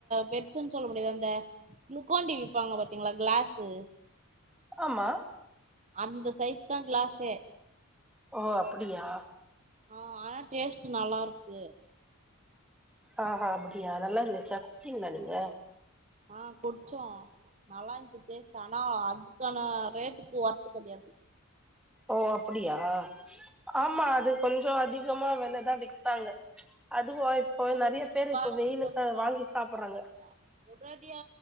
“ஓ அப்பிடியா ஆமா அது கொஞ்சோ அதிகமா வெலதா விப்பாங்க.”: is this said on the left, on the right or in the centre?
Centre